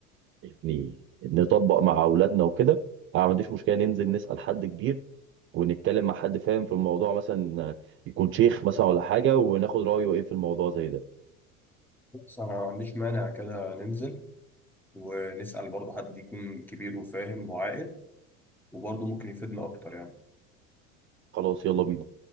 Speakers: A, on the right; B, in the centre.
A: يعني نطبق مع اولادنا وكده انا ما عنديش مشكله ننزل نسال حد كبير ونتكلم مع حد فاهم في الموضوع مثلا آه، يكون شيخ مثلا ولا حاجه وناخد رايه ايه في الموضوع زي ده
B: بس أنا ما عنديش مانع كده ننزل ونسأل برضه حد يكون كبير وفاهم وعاقل وبرضه ممكن يفيدنا أكتر يعني
A: خلاص يلا بينا